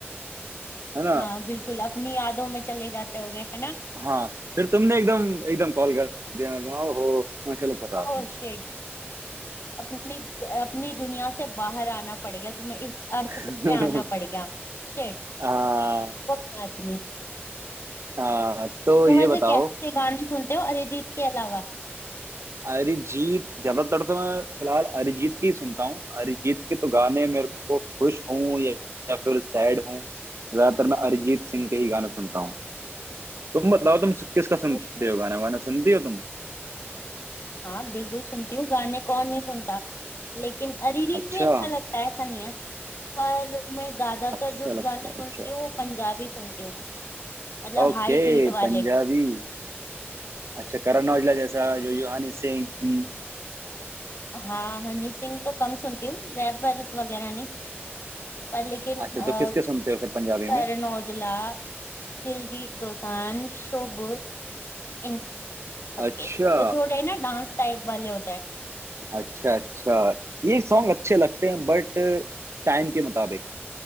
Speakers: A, on the right; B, on the left.
A: है ना
B: हाँ बिल्कुल अपनी यादों में चले जाते होगे है ना
A: हाँ फिर तुमने एकदम एकदम कॉल कर दिया मेरे को हो हाँ, चलो कोई बात
B: Oh
A: नहीं
B: shit अपनी अपनी दुनिया से बाहर आना पड़ेगा तुम्हें इस अर्थ
A: <laughs>
B: पे आना पड़ेगा शिट
A: आ,
B: कोई बात नहीं
A: आ, तो
B: तो
A: ये
B: वैसे
A: बताओ
B: कैसे गाने सुनते हो अरिजीत के अलावा
A: अरिजीत ज्यादातर तो मैं फिलहाल अरिजीत की सुनता हूँ अरिजीत के तो गाने मेरे को खुश हूँ या, या फिर सैड हूँ ज्यादातर मैं अरिजीत सिंह के ही गाने सुनता हूँ तुम बताओ तुम किसका सुनते
B: खुश
A: हो गाना वाना सुनती हो तुम
B: हाँ बिल्कुल सुनती हूँ गाने कौन नहीं सुनता लेकिन अरिजीत
A: अच्छा
B: भी अच्छा लगता है ऐसा नहीं है पर मैं ज्यादातर
A: अच्छा
B: जो
A: लगता
B: गाने
A: है
B: सुनती
A: अच्छा
B: हूँ वो पंजाबी सुनती हूँ मतलब
A: ओके
B: हाई बीट वाले
A: पंजाबी अच्छा करण औजला जैसा जो यूहानी सिंह
B: हाँ हनी सिंह तो कम सुनती हूँ रैपर्स वगैरह नहीं पर लेकिन अ,
A: अच्छा तो किसके सुनते हो फिर पंजाबी
B: करण
A: में
B: औजला दिलजीत दोसांझ शुभ इन सबके
A: अच्छा
B: तो थोड़े ना डांस टाइप वाले होते हैं
A: अच्छा अच्छा ये सॉन्ग अच्छे लगते हैं बट टाइम के मुताबिक